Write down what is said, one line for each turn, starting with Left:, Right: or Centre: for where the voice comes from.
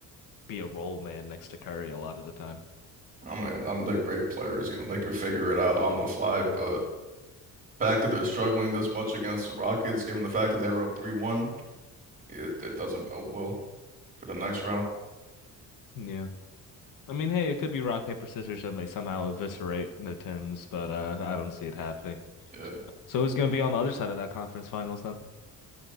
Left: be a role man next to Curry a lot of the time.
Right: I mean, I'm the great players, you know, they could figure it out on the fly, but. fact that they're struggling this much against the Rockets, given the fact that they were up 3-1, it, it doesn't bode well for the next round.
Left: Yeah. I mean, hey, it could be rock, paper, scissors, and they somehow eviscerate the Timbs, but uh, I don't see it happening.
Right: Yeah.
Left: So who's gonna be on the other side of that conference finals then?